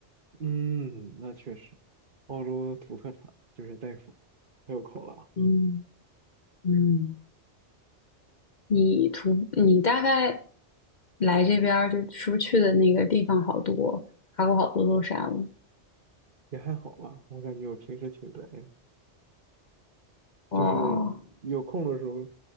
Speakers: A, on the right; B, on the left.
A: 嗯，那确实，澳洲土特产就是袋鼠，还有考拉，
B: 嗯嗯。你图你大概来这边儿就是不是去的那个地方好多，爬过好多座山了。
A: 也还好吧。我感觉我平时挺宅的，
B: 哇，
A: 就是有空的时候